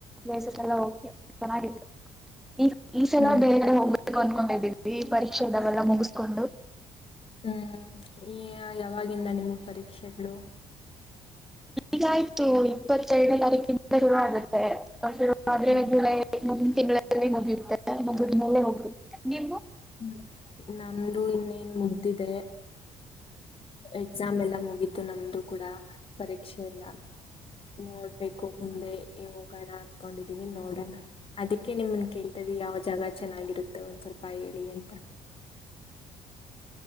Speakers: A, in the centre; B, on the left.
A: ಲ ಚೆನ್ನಾಗಿತ್ತು ಈ ಈ ಸಲ
B: ಹ್ಮ್
A: ಬೇರೆ ಕಡೆ ಹೋಗ. ಕೊಂಡ್ಕೊಂಡಿದ್ದೀವಿ ಪರೀಕ್ಷೆದಾವೆಲ್ಲ ಮುಗಿಸ್ಕೊಂಡು <inaudible>
B: ಹ್ಮ್ ಈ ಯಾವಾಗಿಂದ ನಿಮಗ್ ಪರೀಕ್ಷೆಗಳು.
A: ಈಗಾಯ್ತು ಇಪ್ಪತ್ತೆರಡನೇ ತಾರೀಕಿಂದ ಶುರುವ ಆಗುತ್ತೆ. ಆದ್ರೆ
B: ಹ್ಮ್
A: ಜುಲೈ ಮುಂದಿನ ತಿಂಗಳಲ್ಲಿ ಮುಗಿಯುತ್ತೆ ಮುಗಿದ ಮೇಲೆ ಹೋಗುತ್ತ ನಿ.
B: ಹ್ಮ ನಮ್ದು ಇನ್ನೇನ್ ಮುಗ್ದದೆ. ಎಕ್ಸಾಮ್ ಎಲ್ಲ ಮುಗಿತು ನಮ್ದು ಕೂಡ ಪರೀ. ಕ್ಷೆ ಎಲ್ಲ ನೋಡ್ಬೇಕು ಮುಂದೆ. ಹೋಗಣ ಅನ್ಕೊಂಡಿದೀವಿ ನೋಡೋಣ ಅದಕ್ಕೆ ನಿಮನ್ ಕೇಳ್ತೇವಿ ಯಾವ ಜಾಗ ಚೆನ್ನಾಗಿರುತ್ತೆ. ಮತ್ತೆ ಒಂದ್ ಸ್ವಲ್ಪ ಹೇಳಿ ಅಂತ.